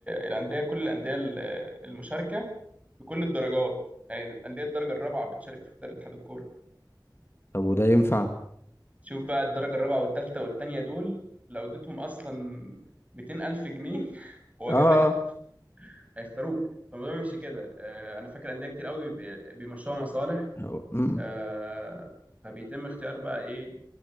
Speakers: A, on the right; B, on the left.
A: الانديه كل الانديه ال- المشاركه بكل الدرجات يعني انديه الدرجه الرابعه بتشارك في اختيار اتحاد الكوره
B: طب وده ينفع
A: شوف بقى الدرجه الرابعه والثالثه والثانيه دول لو اديتهم اصلا 200 الف جنيه <laughs> وجبات
B: آه
A: هيختاروك فالموضوع بيمشي كده آه، انا فاكر انديه كتير قوي بي- بيمشوها مصالح
B: هو- مم.
A: آه، فبيتم اختيار بقى ايه